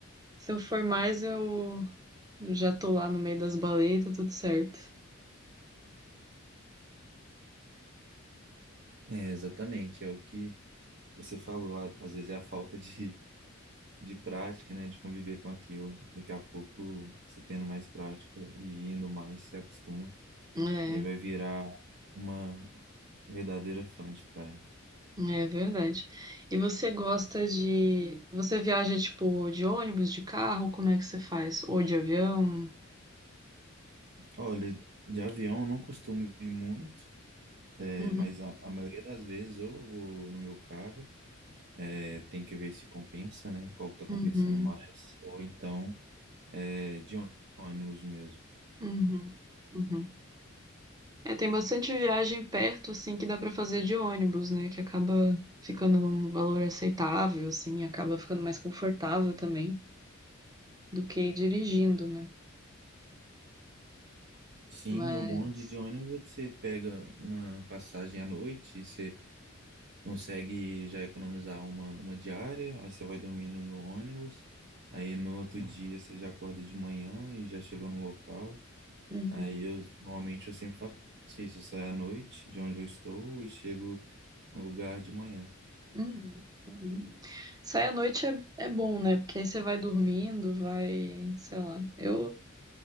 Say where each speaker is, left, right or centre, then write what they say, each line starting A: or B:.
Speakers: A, on the right (about 20°); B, on the right (about 55°).
A: Se eu for mais, eu já tô lá no meio das baletas, tudo certo.
B: É, exatamente, é o que você falou, a- às vezes é a falta de de prática, né, de conviver com aquilo. Daqui a pouco, você tendo mais prática e indo mais, se acostuma.
A: É,
B: Aí vai virar uma verdadeira fã de praia.
A: é verdade. E você gosta de. Você viaja, tipo, de ônibus, de carro? Como é que você faz? Ou de avião?
B: Olha, de avião eu não costumo ir muito, é,
A: Uhum,
B: mas a, a maioria das vezes eu vou no meu carro, é, tem que ver se compensa, né, qual que tá
A: uhum,
B: compensando mais, ou então é, de ônibus mesmo.
A: uhum, uhum. É, tem bastante viagem perto, assim, que dá pra fazer de ônibus, né? Que acaba ficando num valor aceitável, assim, acaba ficando mais confortável também do que ir dirigindo, né?
B: Sim,
A: Mas.
B: o bonde de de ônibus é que você pega uma passagem à noite e você Consegue já economizar uma, uma diária, aí você vai dormindo no ônibus, aí no outro dia você já acorda de manhã e já chega no local.
A: Uhum,
B: Aí eu normalmente eu sempre faço isso, eu saio à noite de onde eu estou e chego no lugar de manhã.
A: uhum, uhum. Sair à noite é, é bom, né? Porque aí você vai dormindo, vai, sei lá. Eu